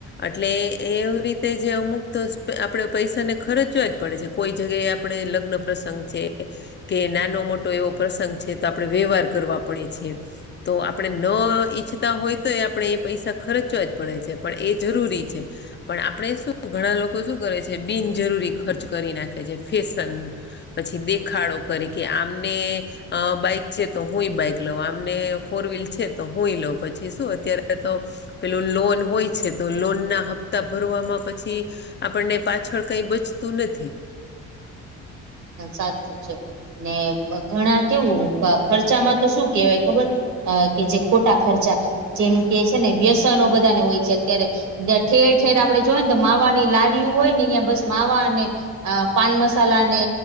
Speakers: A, on the left (about 35°); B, on the right (about 70°).
A: એટલે એવી રીતે અમુક વસ્તુઓ માટે તો આપણે પૈસા ખર્ચવા જ પડે છે, કોઈ જગ્યાએ. આપણે લગ્ન પ્રસંગે કે નાનો-મોટો કોઈ પ્રસંગ હોય, તો આપણે વ્યવહાર કરવા પડે છે. તો આપણે ન ઈચ્છતા હોઈએ તો પણ એ પૈસા ખર્ચવા જ પડે છે, પણ એ જરૂરી છે. પણ ઘણા લોકો શું કરે છે? બિનજરૂરી ખર્ચ કરી નાખે છે, ફેશન પાછળ પછી દેખાડો કરવા માટે એની પાસે બાઈક છે તો હું પણ બાઈક લઉં, એમની પાસે ફોર-વ્હીલર છે તો હું પણ લઉં. પછી શું, અત્યારે તો... પેલું લોન હોય છે ને, તો લોનના હપ્તા ભરવામાં પછી આપણને પાછળ કંઈ બચતું નથી.
B: સાચું છે ને? ઘણા લોકો એવા ખર્ચા કરે છે કે શું કહેવાય, ખબર નથી પડતી. અ કે જે ખોટા ખર્ચા જેમ કે છે ને વ્યસનો બધાને હોય છે અત્યારે ઠેર ઠેર આપણે જોય ને તો માવાની લારીઓ હોય ને અહિયાં બસ માવાને અ પાન મસાલા ને